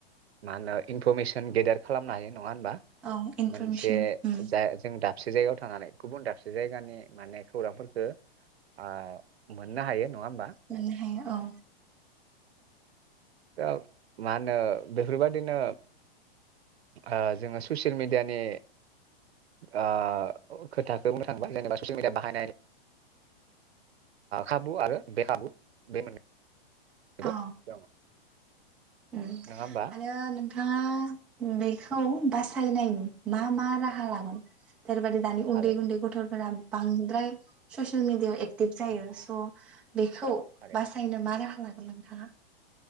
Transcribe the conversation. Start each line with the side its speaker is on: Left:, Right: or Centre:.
Right: मा होनो इनफरमेसन गेदार खालामनो हायो । नङा होनबा
Centre: औ इनफरमेसन
Right: मोनसे
Centre: उम
Right: जा जों दा दाबसे जायगायाव थानानै गुबुन दाबसे जायगानि माने खौरांफोरखो ओ मोननो हायो । नङा ओमबा
Centre: मोननो हायो औ
Right: दा मा होनो बेफोरबायादिनो ओ जोङो ससियेल मिडियानि ओ खोथाखौ बुंनो थाङोबा जेनेबा ससियेल मिडिया बाहायनाय खाबु आरो बे खाबु बे मोन बो
Centre: औ
Right: दं
Centre: उम
Right: नङा होमबा
Centre: आरो नोंथाङा बेखौ बासायनायनि मा मा राहा लागोन <unintelligible> दानि
Right: थारैनो
Centre: उन्दै उन्दै गथ'फोरा बांद्राय ससियेल मिडियायाव एक्टिभ जायो स' बेखौ
Right: थारैनो
Centre: बासायनो मा राहा ला गोन नोंथांआ